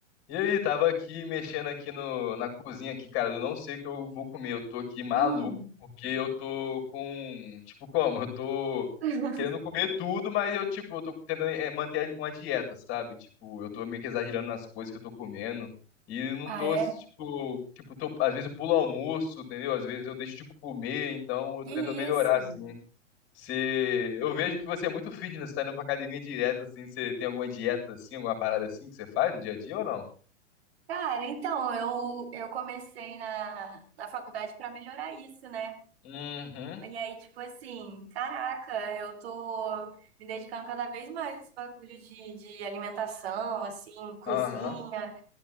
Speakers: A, on the left; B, on the right.
A: E aí, tava aqui mexendo aqui no, na cozinha aqui, cara. Eu não sei o que eu vou comer. Eu tô aqui maluco,
B: Hum.
A: porque eu tô com, tipo, como? Eu tô
B: <laughs>
A: querendo comer tudo, mas eu, tipo, eu tô tentando eh, manter uma dieta, sabe? Tipo, eu tô meio que exagerando nas coisas que eu tô comendo. E não
B: Ah,
A: tô,
B: é?
A: tipo, tipo, tô, às vezes eu pulo almoço, entendeu? Às vezes eu deixo de comer, então eu
B: Que
A: tô tentando melhorar,
B: isso?
A: assim. Você, eu vejo que você é muito fitness, tá indo pra academia direto, assim. Você tem alguma dieta, assim, alguma parada assim que você faz no dia a dia ou não?
B: Cara, então, eu, eu comecei na, na faculdade para melhorar isso, né?
A: Uhum.
B: E aí, tipo assim, caraca, eu tô me dedicando cada vez mais a esse bagulho de, de alimentação, assim, cozinha.
A: Aham.